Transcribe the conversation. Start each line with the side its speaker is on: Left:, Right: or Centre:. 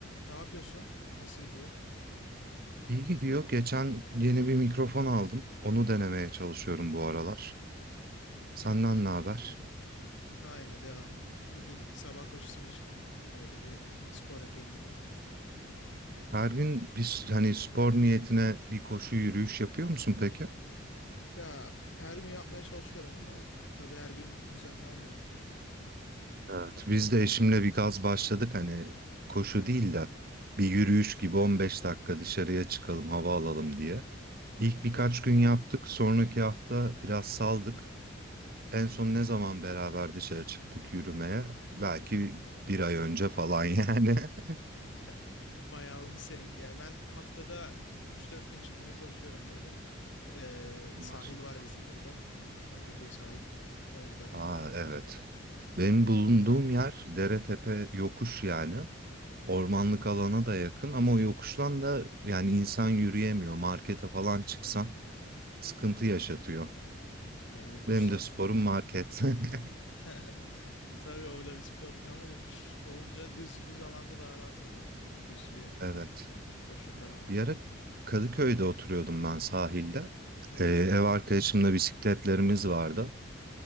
Left: Ne yapıyorsun? Nasıl gidiyor?
Right: İyi gidiyor. Geçen yeni bir mikrofon aldım. Onu denemeye çalışıyorum bu aralar. Senden ne haber?
Left: Aynı devam. Bugün sabah koşusuna çıktım. Öyle bir spor yapayım dedim.
Right: Her gün biz hani spor niyetine bir koşu yürüyüş yapıyor musun peki?
Left: Ya her gün yapmaya çalışıyorum ama tabii her gün düzenli olmuyor.
Right: Evet. Biz de eşimle bir gaz başladık hani koşu değil de bir yürüyüş gibi 15 dakika dışarıya çıkalım hava alalım diye. İlk birkaç gün yaptık. Sonraki hafta biraz saldık. En son ne zaman beraber dışarı çıktık yürümeye? Belki bir ay önce falan yani. <laughs>
Left: <laughs> Bayağı olmuş seninki ya. Ben haftada üç dört gün çıkmaya çalışıyorum böyle. Ee,
Right: Maşallah.
Left: sahil var bizim burada. Ataköy sahil. Orada.
Right: Aa evet. Benim bulunduğum yer dere tepe yokuş yani. Ormanlık alana da yakın ama o yokuştan da yani insan yürüyemiyor. Markete falan çıksan sıkıntı yaşatıyor.
Left: Ya yokuş
Right: Benim
Left: sorun.
Right: de sporum market. <laughs>
Left: <laughs> Tabii o da bir spor ama yokuş olunca düz düz alanda daha rahat oluyor yani. Düz bir
Right: Evet.
Left: Koşu falan.
Right: Bir ara Kadıköy'de oturuyordum ben sahilde.
Left: Hı hı.
Right: Ee, ev arkadaşımla bisikletlerimiz vardı.